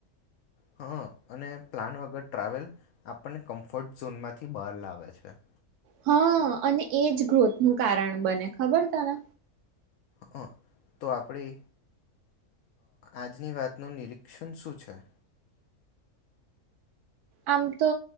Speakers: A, on the left (about 65°); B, on the right (about 85°).
A: હા અને પ્લાન વગર અગર ટ્રાવેલ આપ આપણને કમ્ફર્ટ ઝોન માંથી બહાર લાવે છે
B: હા અને એજ ગ્રોથ નું કારણ બને ખબર તને
A: હ તો આપણી આજની વાતનું નિરીક્ષણ શું છે
B: આમ તો